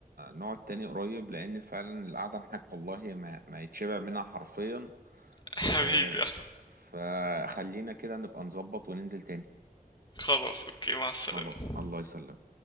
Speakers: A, on the right; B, on the left.
A: نقعد تاني قريب لان فعلا القعدة معاك والله ما, ما يتشبع منها حرفيا
B: <laughs> حبيبي
A: إيه فخلينا كده نبقى نظبط وننزل تاني
B: خلاص اوكي مع السلامة
A: خلاص الله يسلمك